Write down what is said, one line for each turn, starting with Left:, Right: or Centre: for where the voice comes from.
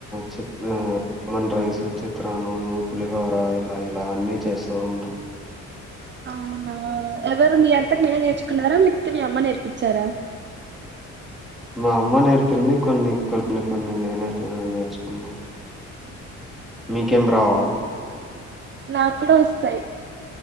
Centre: చిన్ ఆ మన్ రైస్, చిత్రాన్నము, పులిహోర ఇట్లా ఇలా అన్నీ చేస్తూ ఉంటాం
Right: ఔనా ఎవరు మీ అంతక్ మీరే నేర్చుకున్నారా లేక్పోతే మీ అమ్మ నేర్పించారా
Centre: మా అమ్మ నేర్పింది కొన్ని కొన్ని కొన్ని నేనతే నేర్చుకున్నా మీకేం రావ
Right: నా కూడా ఒస్తాయి